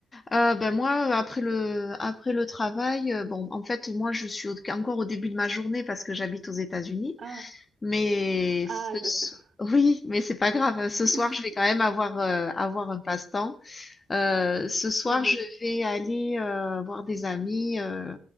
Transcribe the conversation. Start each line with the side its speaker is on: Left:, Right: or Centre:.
Left: Euh, ben moi, euh, après le, après le travail, euh, bon, en fait, moi, je suis au- encore au début de ma journée parce que j'habite aux États-Unis.
Right: Ah,
Left: Mais
Right: ah,
Left: ce
Right: d'accord.
Left: so- oui, mais c'est pas grave. hein, Ce
Right: <laughs>
Left: soir, je vais quand même avoir, euh, avoir un passe-temps. Euh, ce soir,
Right: Mhm.
Left: je vais aller euh, voir des amis euh,